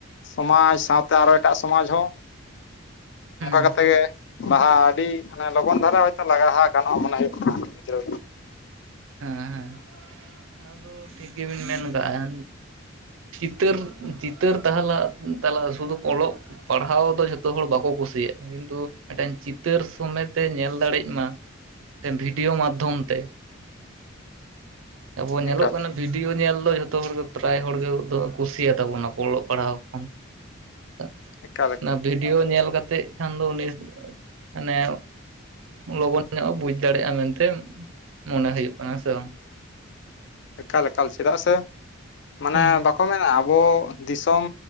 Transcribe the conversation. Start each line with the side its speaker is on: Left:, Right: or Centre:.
Left: ᱥᱚᱢᱟᱡᱽ ᱥᱟᱶᱛᱮ ᱟᱨᱚ ᱮᱴᱟᱜ ᱥᱚᱢᱟᱡᱽ ᱦᱚᱸ
Right: ᱦᱩᱸ
Left: ᱚᱱᱠᱟ ᱠᱟᱛᱮᱜ ᱜᱮ ᱞᱟᱦᱟ ᱟᱹᱰᱤ ᱢᱟᱱᱮ ᱞᱚᱜᱚᱱ ᱫᱷᱟᱨᱟ ᱦᱚᱳᱭᱛᱳ ᱞᱟᱜᱟᱦᱟ ᱜᱟᱱᱚᱜᱼᱟ ᱢᱚᱱᱮ ᱦᱩᱭᱩᱜ ᱠᱟᱱᱟ ᱜᱤᱫᱽᱨᱟᱹ
Right: ᱦᱮᱸ ᱦᱮᱸ ᱟᱫᱚ ᱴᱷᱤᱠ ᱜᱮᱵᱤᱱ ᱢᱮᱱ ᱠᱟᱜᱼᱟ᱾ ᱪᱤᱛᱟᱹᱨ ᱪᱤᱛᱟᱹᱨ ᱛᱟ ᱛᱟᱞᱟ ᱥᱩᱫᱷᱩ ᱚᱞᱚᱜ ᱯᱟᱲᱦᱟᱣ ᱫᱚ ᱡᱷᱚᱛᱚ ᱦᱚᱲ ᱵᱟᱠᱚ ᱠᱩᱥᱤᱭᱟᱜᱼᱟ ᱠᱤᱱᱛᱩ ᱢᱤᱫᱴᱮᱱ ᱪᱤᱛᱟᱹᱨ ᱥᱚᱢᱮᱛᱮ ᱧᱮᱞ ᱫᱟᱲᱮᱭᱟᱜ ᱢᱟ ᱢᱤᱫᱴᱮᱱ ᱵᱷᱤᱰᱤᱭᱳ ᱢᱟᱫᱽᱫᱷᱚᱢ ᱛᱮ ᱟᱵᱚ ᱧᱮᱞᱚᱜ
Left: ᱮᱠᱟᱞ
Right: ᱠᱟᱱᱟ᱾ ᱵᱷᱤᱰᱭᱳ ᱧᱮᱞ ᱫᱚ ᱡᱷᱚᱛᱚ ᱦᱚᱲ ᱜᱮ ᱯᱨᱟᱭ ᱦᱚᱲᱜ ᱠᱩᱥᱤᱭᱟᱛᱟ ᱵᱚᱱᱟ ᱠᱚ ᱚᱞᱚᱜ ᱯᱟᱲᱦᱟᱣ ᱠᱷᱚᱱ <unintelligible>
Left: ᱮᱠᱟᱞ ᱮᱠᱟᱞ
Right: ᱵᱷᱤᱰᱤᱭᱳ ᱧᱮᱞ ᱠᱟᱛᱮᱫ ᱠᱷᱟᱱ ᱫᱚ ᱩᱱᱤ ᱢᱟᱱᱮ ᱞᱚᱜᱚᱱ ᱧᱚᱜ ᱮ ᱵᱩᱡ ᱫᱟᱲᱮᱭᱟᱜᱼᱟ᱾ ᱢᱮᱱᱛᱮ ᱢᱚᱱᱮ ᱦᱩᱭᱩᱜ ᱠᱟᱱᱟ ᱥᱮ ᱵᱟᱝ
Left: ᱮᱠᱟᱞ ᱮᱠᱟᱞ ᱪᱮᱫᱟᱜ ᱥᱮ ᱢᱟᱱᱮ
Right: ᱦᱩᱸ
Left: ᱵᱟᱠᱚ ᱢᱮᱱᱟ ᱟᱵᱚ ᱫᱤᱥᱚᱢ